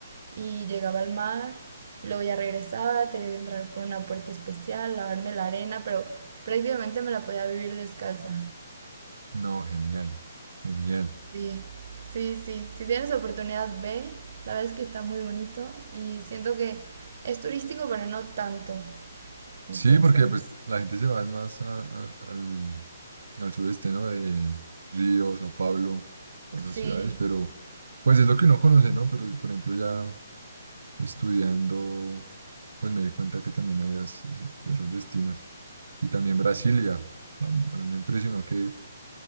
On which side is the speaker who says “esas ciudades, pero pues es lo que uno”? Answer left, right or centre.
Right